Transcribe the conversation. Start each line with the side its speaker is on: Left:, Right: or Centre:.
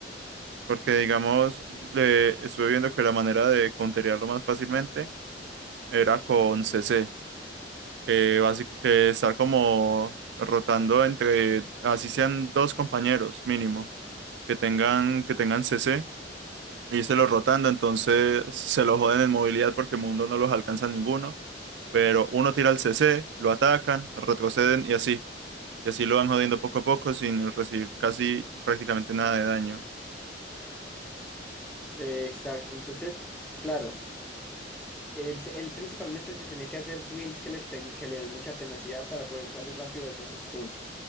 Right: Porque, digamos, le estuve viendo que la manera de counterearlo más fácilmente era con CC, que, basi- que estar como rotando entre, así sean dos compañeros mínimo, que tengan, que tengan CC, y se los rotando, entonces se lo joden en movilidad porque Mundo no los alcanza ninguno, pero uno tira el CC, lo atacan, retroceden y así, y así lo van jodiendo poco a poco sin recibir casi prácticamente nada de daño.
Centre: Eh, Exacto, entonces, claro, él, se- él principalmente se tiene que hacer builds que le, ten- que le den mucha tenacidad para poder salir rápido de esos stuns.